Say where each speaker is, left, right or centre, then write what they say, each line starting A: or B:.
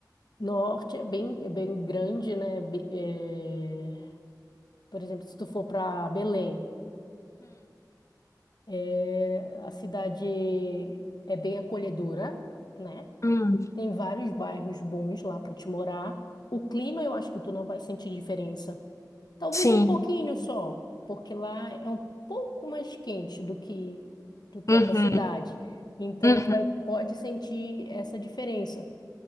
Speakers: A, on the left (about 75°); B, on the left (about 45°).
A: Norte é bem, é bem grande, né? Be- é, por exemplo, se tu for para Belém, é, a cidade é bem acolhedora, né?
B: Hum,
A: Tem vários bairros bons lá para te morar. O clima, eu acho que tu não vai sentir diferença. Talvez
B: sim.
A: um pouquinho só, porque lá é um pouco mais quente do que do que
B: Uhum,
A: a tua cidade. Então
B: uhum,
A: tu vai pode sentir essa diferença.